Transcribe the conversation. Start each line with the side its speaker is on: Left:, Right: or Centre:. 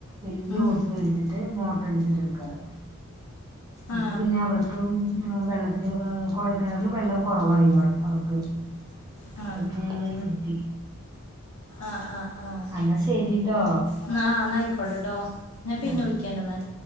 Right: വലിയ
Left: ഉം
Right: ഓസ് എടുത്തിട്ട് മോട്ടർ എടുത്തിട്ട എടുക്കാറ്
Left: ആ
Right: ഇപ്പം പിന്നെ അവർക്ക് വെള്ളത്തി കോഴക്കണറിൽ വെള്ളം കുറവായി അവിടെ അവർക്ക്
Left: ആ
Right: അപ്പം അതി ഞങ്ങള് വണ്ടിട്ടി
Left: ആഹ് ആഹ് ആഹ്
Right: എന്നാ ശെരിട്ടോ
Left: എന്നാ എന്നാ ആയിക്കോട്ടെട്ടോ ഞാൻ പിന്നെ
Right: ആ
Left: വിളിക്ക എന്നാൽ